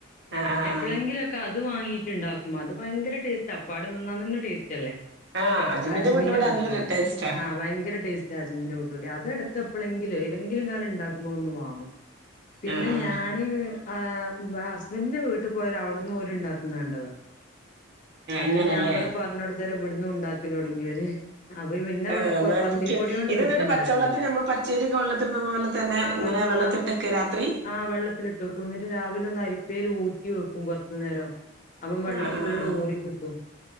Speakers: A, on the right (about 55°); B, on the left (about 40°).
A: ആ ആ
B: എപ്പളെങ്കിലും
A: ആ
B: ഒക്കെ അത് വാങ്ങീറ്റുണ്ടാക്കും അത് ഭയങ്കര ടേസ്റ്റാ അപ്പാട് തിന്നാൻ തന്നെ ടേസ്റ്റ് അല്ലേ?
A: ആ അജ്മിന്റെ
B: അജ്മീന്റെ
A: പുട്ട് ഇവിടെ
B: പുട്ടുപൊടി
A: നല്ല ടേസ്റ്റാ
B: ആ ഭയങ്കര ടേസ്റ്റാ അജ്മീന്റെ പുട്ടുപൊടി അതെടുക്കെപ്പളെങ്കിലും ഏ ന്നെങ്കിലും കാലം ഉണ്ടാക്കുമ്പോ ഒന്ന് വാങ്ങും പിന്നെ
A: ആ ആ ആ
B: ഞാന് ആ ഹസ്ബന്റിന്റെ വീട്ടിൽ പോയോര് അവിടന്നോര് ഇണ്ടാക്കുന്ന കണ്ടതാ. അങ്ങനെ
A: ഇങ്ങനല്ലേ
B: ഞാ ഇവിടെ പറഞ്ഞ കൊടുത്തേരം ഇവിടുന്നും ഉണ്ടാക്കല് തുടങ്ങിയിവര്. അവര് പിന്നെ ഇവിടെ
A: ആഹ് എന്നാ
B: പ് പത്തിരിപ്പൊടി
A: എനിക്ക്
B: കൊണ്ട്
A: ഇത്
B: പുട്ടുണ്ടാക്കിയില്ല
A: എന്നിട്ട് പച്ചവെള്ളത്തിൽ നമ്മൾ പച്ചരിയൊക്കെ വെള്ളത്തിലിടുന്ന പോലെ തന്നെ
B: ആ
A: ഇങ്ങനെ
B: പച്ച
A: വെള്ളത്തിട്ടൊക്കെ
B: ആ
A: രാത്രി
B: ആ വെള്ളത്തിലിട്ടു വെക്കും എന്നിട്ട് രാവിലെ ഒന്നരി പ്പേലൂറ്റിവെക്കും കൊറച്ചു നേരം. അപ്പം വെള്ളം
A: ആഹ്
B: ഫുള്ളൂറിക്കിട്ടും
A: ആഹ് ആഹ്